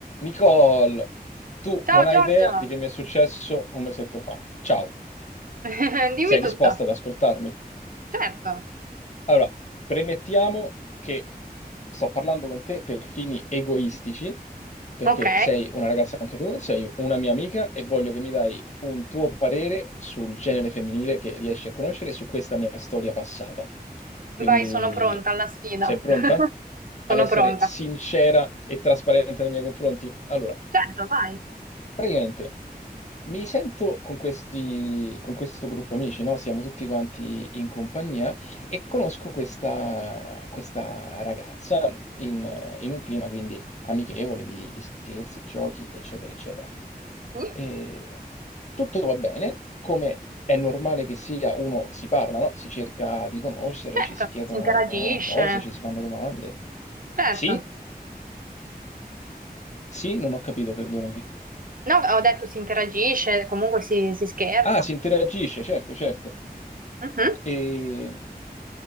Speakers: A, on the left; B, on the right.
A: Nicole, tu
B: Ciao
A: non hai
B: Giorgio,
A: idea di che mi è successo un mesetto fa. Ciao,
B: <laughs> dimmi
A: sei
B: tutto.
A: disposta ad ascoltarmi?
B: Certo.
A: Allora, premettiamo che sto parlando con te per fini egoistici, perché
B: Ok,
A: sei una ragazza anche tu, sei una mia amica e voglio che mi dai un tuo parere sul genere femminile che riesci a conoscere e su questa mia storia passata. Quindi,
B: vai, sono pronta alla sfida.
A: sei pronta
B: <laughs> Sono
A: ad essere
B: pronta.
A: sincera e trasparente nei miei confronti? Allora.
B: Certo, vai.
A: Praticamente mi sento con questi, con questo gruppo amici, no? Siamo tutti quanti in compagnia e conosco questa, questa ragazza in, in un clima quindi amichevole di, di scherzi, giochi, eccetera, eccetera.
B: Sì?
A: E tutto va bene, come è normale che sia, uno si parla, no? Si cerca di conoscere,
B: Certo,
A: ci si chiedono
B: si interagisce.
A: cose, ci si fanno domande.
B: Certo.
A: Sì? Sì, non ho capito, perdonami.
B: No, ho detto si interagisce, comunque si, si scherza.
A: Ah, si interagisce, certo, certo.
B: Mhm,
A: E